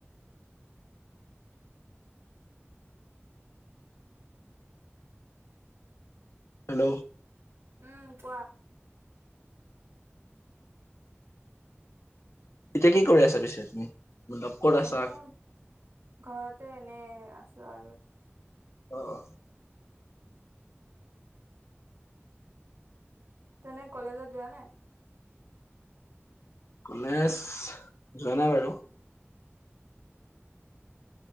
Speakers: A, on the left (about 80°); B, on the right (about 80°).
A: হেল্ল'।
B: উম কোৱা।
A: এতিয়া কি কৰি আছা পিছে তুমি? মতলব ক'ত আছা?
B: এনেই, ঘৰতে এনে আছো আৰু।
A: আহ।
B: তেনে কলেজত যোৱা নাই।
A: কলেজ যোৱা নাই বাৰু।